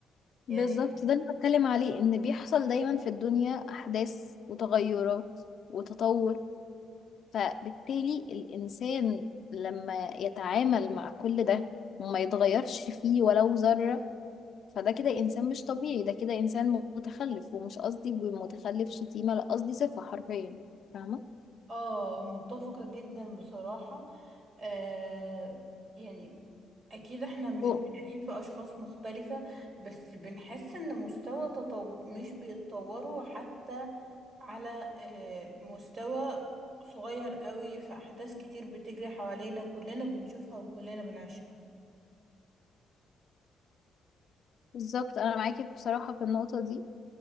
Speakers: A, on the right (about 55°); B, on the left (about 60°).
A: يعني
B: بالظبط ده اللي بتكلم عليه ان بيحصل دايما في الدنيا احداث وتغيرات وتطور فبالتالي الانسان لما يتعامل مع كل ده وما يتغيرش فيه ولو ذرة فده كده انسان مش طبيعي ده كده انسان متخلف ومش قصدي بمتخلف شتيمة لا قصدي صفة حرفيا فاهمة
A: اه متفقة جدا بصراحة آه يعني اكيد احنا مش
B: و-
A: بنعين في اشخاص مختلفة بس بنحس ان مستوى تطو... مش بيتطوروا حتى على آه مستوى صغير قوي في احداث كتير بتجري حوالينا كلنا بنشوفها وكلنا بنعيشها
B: بالظبط انا معاكي بصراحة في النقطة دي